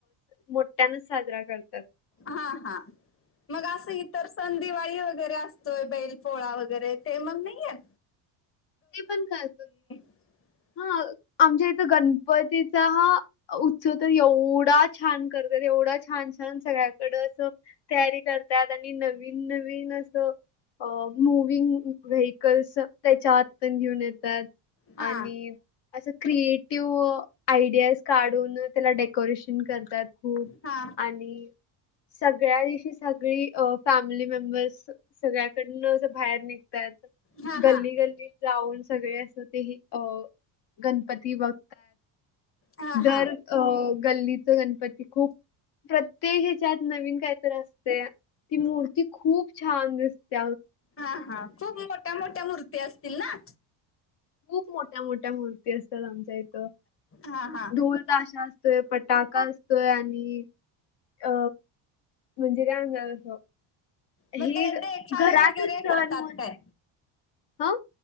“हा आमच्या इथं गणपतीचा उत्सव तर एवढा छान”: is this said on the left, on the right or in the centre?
Left